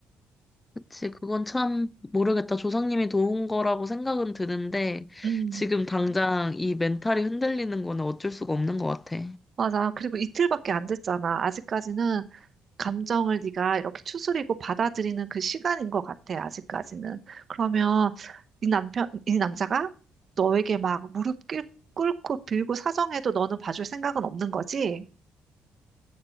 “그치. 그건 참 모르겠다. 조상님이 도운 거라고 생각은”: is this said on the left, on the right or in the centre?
Left